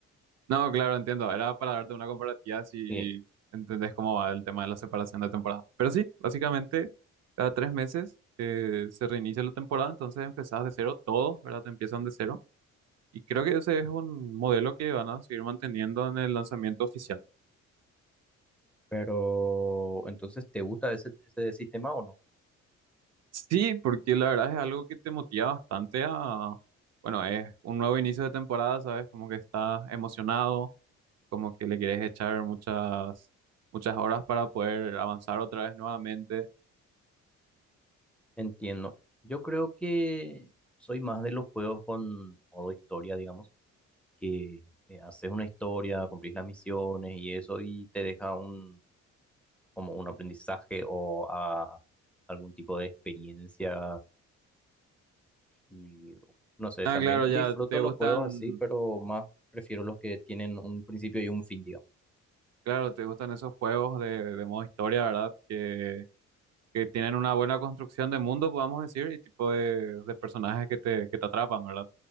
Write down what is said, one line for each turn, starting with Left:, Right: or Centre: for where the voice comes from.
Right: No, claro, entiendo. Era para darte una comparativa si
Centre: Sí,
Right: entendés cómo va el tema de la separación de temporada. Pero sí, básicamente cada tres meses eh, se reinicia la temporada, entonces empezás de cero todo, ¿verdad? Te empiezan de cero. Y creo que ese es un modelo que van a seguir manteniendo en el lanzamiento oficial.
Centre: pero entonces, ¿te gusta ese, ese sistema o no?
Right: Sí, porque la verdad es algo que te motiva bastante a, bueno, es un nuevo inicio de temporada, ¿sabes? Como que estás emocionado, como que le quieres echar muchas, muchas horas para poder avanzar otra vez nuevamente.
Centre: Entiendo. Yo creo que soy más de los juegos con modo historia, digamos, que eh, haces una historia, cumplís las misiones y eso y te deja un, como un aprendizaje o a algún tipo de experiencia Y no sé,
Right: Ah,
Centre: también
Right: claro,
Centre: disfruto
Right: ya te
Centre: los
Right: gustan,
Centre: juegos así, pero más prefiero los que tienen un principio y un fin, digamos.
Right: claro, te gustan esos juegos de, de modo historia, ¿verdad? Que, que tienen una buena construcción de mundo, podamos decir, y tipo de, de personajes que te, que te atrapan, ¿verdad?